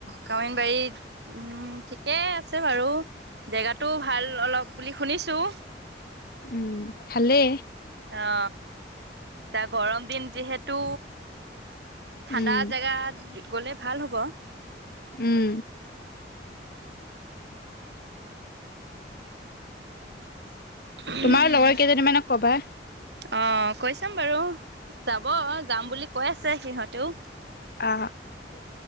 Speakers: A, on the right; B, on the left.
A: কামিন বাৰীত উম ঠিকেই আছে বাৰু জেগাতটো ভাল অলপ বুলি শুনিছো
B: উম ভালে
A: অ এা গৰম দিন যিহেতু ঠাণ্ডা
B: উম
A: জোগাত গ'লে ভাল হ'ব।
B: উম
A: উম।
B: তোমাৰ লগৰ কেইজনীমানক কবা
A: অ যাব। যাম বুলি কৈ আছে সিহঁতেও
B: আহ ত